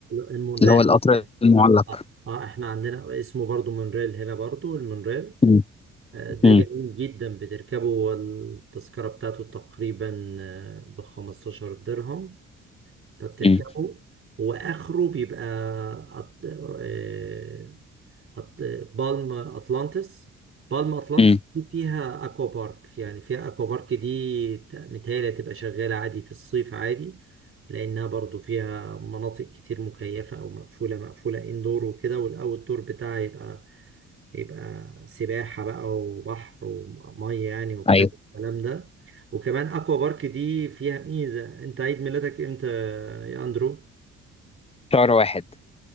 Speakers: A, on the right; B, on the left.
A: المونريل
B: اللي هو القطر المعلق
A: اه آه، احنا عندنا اسمه برضو مونريل هنا برضو المونريل
B: مم.
A: آه، ده
B: مم.
A: جميل جدا بتركبه والتذكرة بتاعته تقريبا ب 15 درهم فبتركبه
B: مم.
A: واخره بيبقى أط... آه، أط... بالم اتلانتس بالم اتلانتس
B: مم.
A: دي فيها اكوا بارك يعني فيها اكوا بارك دي ت- متهيألي هتبقى شغالة عادي في الصيف عادي لانها برضو فيها مناطق كتير مكيفة او مقفولة مقفولة اندور وكده والاوت دور بتاعها يبقى يبقى سباحة بقى وبحر ومية يعني وبتاع
B: أيوه
A: الكلام ده وكمان اكوا بارك دي فيها ميزة انت عيد ميلادك امتى يا اندرو
B: شهر واحد